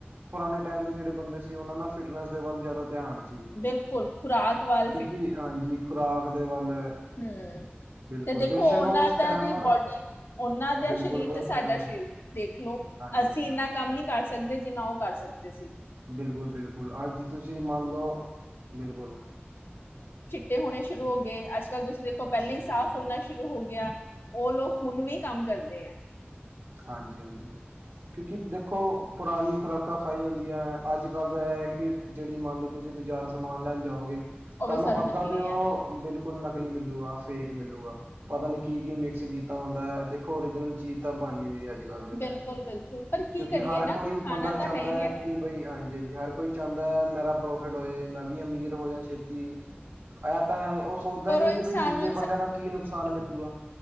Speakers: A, on the right; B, on the left.
A: ਪੁਰਾਣੇ ਜਿਹੜੇ ਬੰਦੇ ਸੀ ਉਹਨਾਂ ਨਾਲ ਫਿਟਨੈਸ ਦੇ ਵੱਲ ਜ਼ਿਆਦਾ ਧਿਆਨ ਸੀ,
B: ਬਿਲਕੁਲ ਖੁਰਾਕ ਵੱਲ
A: ਕਿਉਂਕਿ ਹਾਂਜੀ ਖੁਰਾਕ ਦੇ ਵੱਲ
B: ਹੂੰ
A: ਬਿਲਕੁਲ
B: ਤੇ ਦੇਖੋ
A: ਬੇਸ਼ੱਕ
B: ਉਹਨਾਂ
A: ਉਸ
B: ਦਾ
A: ਟਾਈਮ
B: ਦੀ ਬੋਡੀ ਉਹਨਾਂ ਦਾ
A: ਬਿਲਕੁਲ
B: ਸਰੀਰ ਤੇ
A: ਉਸ
B: ਸਾਡਾ
A: ਟਾਈਮ
B: ਸ਼ਰੀਰ ਦੇਖਲੋ,
A: ਹਾਂਜੀ
B: ਅਸੀਂ
A: ਹਾਂਜੀ
B: ਇੰਨਾ ਕੰਮ ਨੀ ਕਰ ਸਕਦੇ ਜਿੰਨਾ ਉਹ ਕਰ ਸਕਦੇ ਸੀ।
A: ਬਿਲਕੁਲ- ਬਿਲਕੁਲ ਅੱਜ ਤੁਸੀਂ ਮੰਨ ਲਓ, ਬਿਲਕੁਲ
B: ਚਿਟੇ ਹੋਣੇ ਸ਼ੁਰੂ ਹੋ ਗਏ ਅੱਜ ਕੱਲ ਤੁਸੀਂ ਦੇਖੋ ਪਹਿਲਾਂ
A: ਹਾਂਜੀ
B: ਹੀ ਸਾਹ
A: ਹਾਂਜੀ
B: ਫੁੱਲਣਾ ਸ਼ੁਰੂ ਹੋ ਗਿਆ। ਉਹ ਲੋਕ ਹੁਣ ਵੀ ਕੰਮ ਕਰਦੇ ਐ।
A: ਹਾਂਜੀ-ਹਾਂਜੀ ਕਿਉਂਕਿ ਦੇਖੋ ਪੁਰਾਣੀ ਖੁਰਾਕਾਂ ਖਾਈ ਹੁੰਦੀ ਆ ਅੱਜ-ਕੱਲ ਤਾਂ ਇਹ ਐ ਕਿ ਵੀ ਜਿਹੜੀ ਮੰਨ ਲਓ ਤੁਸੀਂ ਬਾਜ਼ਾਰ ਸਮਾਨ ਲੈਣ ਜਾਓਗੇ ਤੁਹਾਨੂੰ
B: ਉਹ ਵੀ ਸਾਰਾ
A: ਅੱਦ
B: ਨਕਲੀ
A: ਦਾਂ ਤੇ
B: ਹੈ
A: ਬਿਲਕੁਲ ਕੁਲ ਨਕਲੀ ਮਿਲੂਗਾ। ਫੇਕ ਮਿਲੂਗਾ। ਪਤਾ ਨੀ ਕੀ-ਕੀ ਮਿਕਸ ਕੀਤਾ ਹੁੰਦਾ ਦੇਖੋ ਓਰੀਜਨਲ ਚੀਜ਼ ਤਾਂ ਹਾਂਜੀ- ਹਾਂਜੀ, ਅੱਜ-ਕੱਲ ਦੇ ਟੈਮ
B: ਬਿਲਕੁਲ ਬਿਲਕੁਲ ਪਰ ਕੀ
A: ਕਿਉਂਕਿ
B: ਕਰੀਏ
A: ਹਰ
B: ਨਾ
A: ਕੋਈ
B: ਖਾਣਾ
A: ਬੰਦਾ ਚਾਂਹਦਾ
B: ਤਾਂ ਹੈ ਹੀ ਹੈ
A: ਏ ਕਿ ਬਈ ਹਾਂਜੀ- ਹਾਂਜੀ ਹਰ ਕੋਈ ਚਾਂਹਦਾ ਹੈ ਮੇਰਾ ਪ੍ਰਫ ਫਿਟ ਹੋਏ ਮੈਂ ਵੀ ਅਮੀਰ ਹੋ ਜਾਂ ਛੇਤੀ। ਇਹ ਤਾਂ ਹੈ ਉਹ ਸੋਚਦਾ
B: ਪਰ
A: ਨੀ
B: ਉਹ
A: ਕਿ
B: ਇਨਸਾਨ
A: ਬਈ ਦੂਜੇ
B: ਨੂੰ
A: ਬੰਦਿਆਂ ਨਾਲ ਕੀ ਨੁਕਸਾਨ ਮਿਲੂਗਾ।